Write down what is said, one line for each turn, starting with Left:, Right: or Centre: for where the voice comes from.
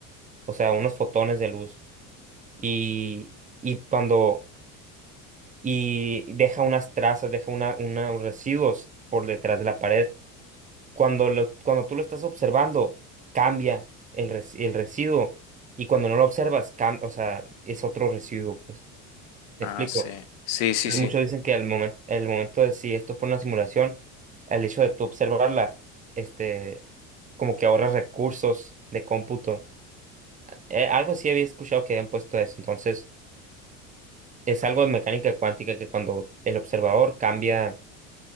Right: o sea, unos fotones de luz y, y cuando y deja unas trazas, deja una, una- unos residuos por detrás de la pared. Cuando lo- cuando tú lo estás observando, cambia el, res- el residuo y cuando no lo observas, cam- o sea, es otro residuo, pues. ¿Me
Left: Ah,
Right: explico?
Left: sí. Sí, sí,
Right: Entonces,
Left: sí.
Right: muchos dicen que el momento, el momento de si esto fue una simulación, el hecho de tú observarla, este, como que ahorras recursos de cómputo. Eh, algo sí había escuchado que habían puesto eso. Entonces, es algo de mecánica cuántica que cuando el observador cambia,